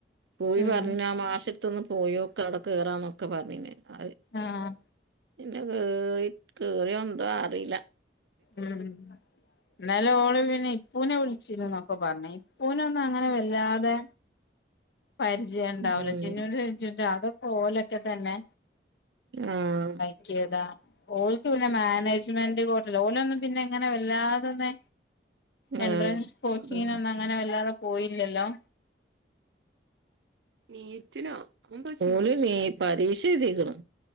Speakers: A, on the right; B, on the left.
A: പോയി
B: ഉം
A: പർഞ്ഞാ മാഷട്ത്തൊന്ന് പോയോക്കാ അവടെ കേറാന്നൊക്കെ പറഞ്ഞീനെഅഹ്
B: ആഹ്
A: പിന്ന കേറി കേറിയെന്തോ അറീല
B: ഉം ഇന്നലെ ഓള് പിന്നെ ഇപ്പൂനെ വിളിച്ചിന്നുന്നൊക്കെ പർഞ്ഞ്. ഇപ്പൂനൊന്നും അങ്ങനെ വല്ലാതെ പരിചയം ഇണ്ടാവൂല
A: ഉം
B: ചിന്നൂന്റെ ചിഞ്ചൂന്റെ അതൊക്കെ ഓലൊക്കെ തന്നെ
A: ആഹ്
B: ക്കിയതാ ഓൽക്ക് പിന്നെ മാനേജ്മെന്റ് കോട്ടീല ഓലൊന്നും പിന്നെങ്ങനെ വല്ലാതൊന്ന് എൻട്രൻസ്
A: ആഹ്
B: കോച്ചിങ്ങിനൊന്നും
A: അതന്നെ
B: അങ്ങനെ വല്ലാതെ പോയില്ലല്ലോ
A: നീറ്റിനോ മുമ്പ് ഓള് നീ പരീക്ഷ എഴ്തീക്ക്ണ്.